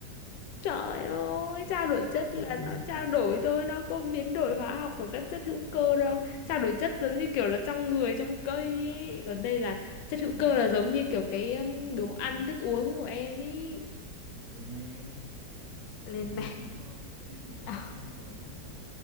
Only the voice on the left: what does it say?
Trời ơi, trao đổi chất
là nó trao đổi thôi, nó có biến đổi hóa học của các chất hữu cơ đâu.
Trao đổi chất giống như kiểu là trong người, trong cây ấy. Còn đây là
chất hữu cơ là giống như kiểu cái um,
đồ
ăn,
thức uống của em ấy.
Lên
men. <laughs>
À,